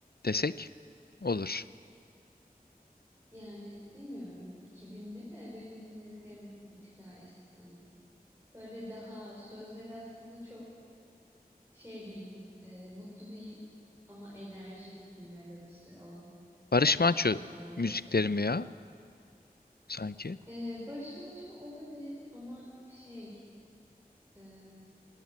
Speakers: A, on the left; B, on the right.
A: desek olur.
B: yani bilmiyorum 2000 mi de benim dinlediklerim bir tık daha eski sanırım. Böyle daha sözleri aslında çok şey değil, e, mutlu değil ama enerjik bir melodisi olan
A: Barış
B: şarkılar
A: Manço
B: oluyor
A: müzikleri
B: genelde.
A: mi ya sanki?
B: Ee, Barış Manço olabilir ama şey e,